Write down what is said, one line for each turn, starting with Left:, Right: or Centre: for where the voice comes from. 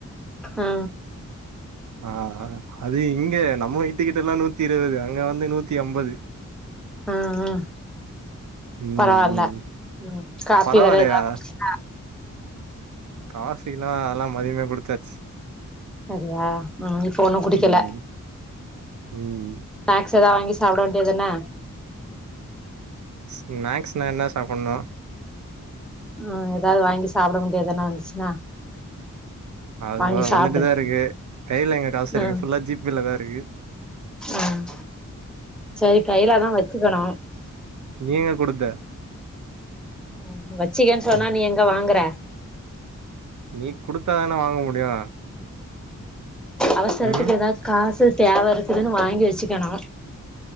Centre: ஆ
Right: ஆஹ் அது இங்கே நம்ம வீட்டுக்கிட்ட எல்லாம் நூத்தி இருபது அங்க வந்து நூத்தி அம்பது
Centre: ஆஹ் ஆஹ்.
Right: ம்
Centre: பரவாயில்ல
Right: ம்
Centre: உம் காப்பி
Right: பரவாயில்லையா
Centre: வேற எதாவது குடிச்சீங்களா
Right: காபிலா அதல்லாம் மதியமே குடுச்சாச்சு
Centre: அப்டியா உம் இப்ப ஒண்ணும் குடிக்கல
Right: ம் ம்.
Centre: ஸ்நாக்ஸ் எதாவ வாங்கி சாப்பிட வேண்டியது தான
Right: ஸ்நாக்ஸ்ன என்ன சாப்பிட்ணும்
Centre: உஹம் ஏதாவது வாங்கி சாப்பிட வேண்டியதானே வந்துச்சுன்னா
Right: அது
Centre: வாங்கி
Right: வ
Centre: சாப்டு
Right: வந்துட்டுதா இருக்கு கையில எங்க காசு இருக்கு
Centre: ம்
Right: ஃபுல்லா ஜி பி ல தாருக்கு <inaudible>
Centre: ம் சரி கையில தா வெச்சுக்கணு
Right: நீங்க குடுத்த
Centre: ம் வெச்சக்கன் சொன்னா நீ எங்க வாங்கற
Right: நீ குடுத்தாதான வாங் முடியு
Centre: அவசரத்துக்கு
Right: ம்
Centre: எதாச்சு காசு தேவ இருக்குதுனு வாங்கி வெச்சுக்கணு